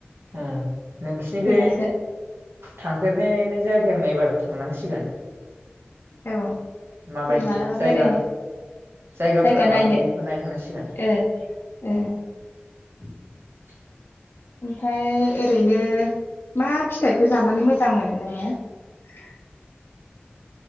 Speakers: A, on the right; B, on the left.
A: उम नोंसिनिखै
B: फैबासो
A: थांफेरनायनै जायाखै आं एबार थांनांसिगोन।
B: औ
A: माबायदि
B: फै मालाबा
A: जायगा
B: बेरायनो।
A: जायगाफोरा
B: जायगा
A: माबायदि
B: नायनो
A: बेखौ थांनांसिगोन
B: ओ ओ
A: <inaudible>
B: ओमफाय ओरैनो मा फिथाइखौ जानानै मोजां मोनो नोङो? <inaudible>